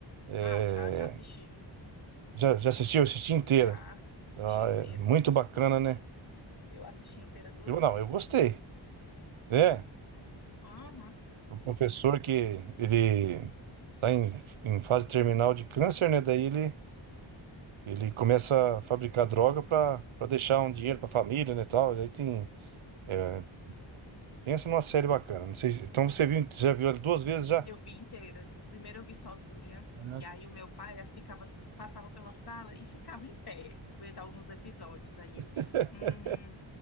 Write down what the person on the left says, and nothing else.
Ah, já, já assisti.
Já assisti
inteira.
Eu,
eu assisti inteira duas
vezes.
Aham.
Eu vi inteira. Primeiro eu vi sozinha,
e aí o meu pai ficava, passava pela sala e ficava em pé, vendo alguns episódios. Aí ele,
hum,